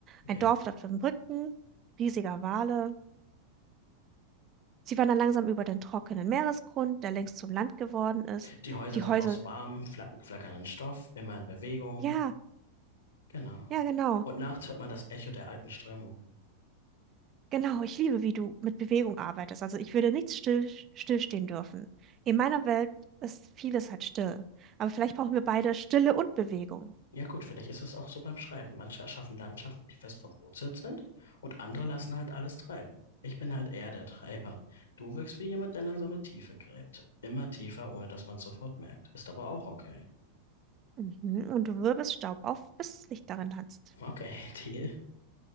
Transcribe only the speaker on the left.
Okay.
Die Häuser
sind
aus warmem, flack flackernden Stoff, immer in Bewegung.
Genau.
Und nachts hört man das Echo der alten Strömung.
Ja gut, vielleicht ist es auch so beim Schreiben. Manche erschaffen Landschaften, die fest verwurzelt sind und andere lassen halt alles treiben. Ich bin halt eher der Treiber. Du wirkst wie jemand, der langsame Tiefe gräbt. Immer tiefer, ohne dass man es sofort merkt. Ist aber auch okay.
Okay, <laughs> Deal.